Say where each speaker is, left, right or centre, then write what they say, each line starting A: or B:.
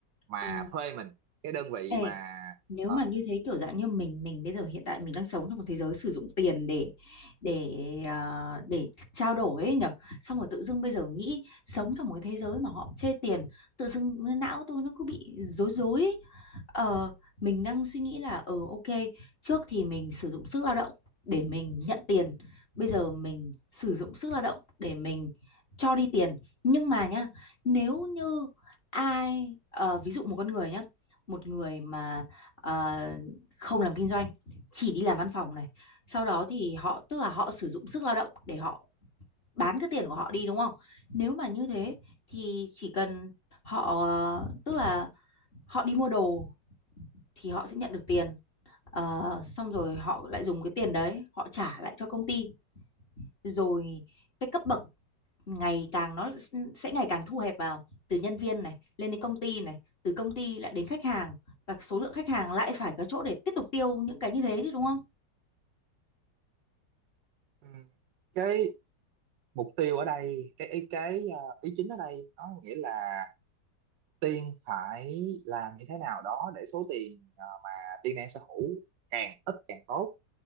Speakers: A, on the right; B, on the left.
A: mà
B: ừ,
A: thuê mình cái đơn vị
B: Ê,
A: mà
B: nếu
A: ờ,
B: mà như thế kiểu dạng như mình mình bây giờ hiện tại mình đang sống trong một thế giới sử dụng tiền để để ờ, để trao đổi ấy nhở xong rồi tự dưng bây giờ nghĩ sống trong một cái thế giới mà họ chê tiền tự dưng não tôi nó cứ bị rối rối ấy. Ờ, mình đang suy nghĩ là ờ ok trước thì mình sử dụng sức lao động để mình nhận tiền bây giờ mình sử dụng sức lao động để mình cho đi tiền nhưng mà nhá nếu như ai ờ, ví dụ một con người nhá một người mà ờ, không làm kinh doanh chỉ đi làm văn phòng này sau đó thì họ tức là họ sử dụng sức lao động để họ bán cái tiền của họ đi đúng không nếu mà như thế thì chỉ cần họ tức là họ đi mua đồ thì họ sẽ nhận được tiền Ờ, xong rồi họ lại dùng cái tiền đấy họ trả lại cho công ty rồi cái cấp bậc ngày càng nó sẽ ngày càng thu hẹp vào từ nhân viên này lên đến công ty này từ công ty lại đến khách hàng và số lượng khách hàng lại phải có chỗ để tiếp tục tiêu những cái như thế chứ đúng không?
A: Ừ. cái mục tiêu ở đây cái ý cái ờ, ý chính ở đây nó nghĩa là Tiên phải làm như thế nào đó để số tiền ờ, mà Tiên đang sở hữu càng ít càng tốt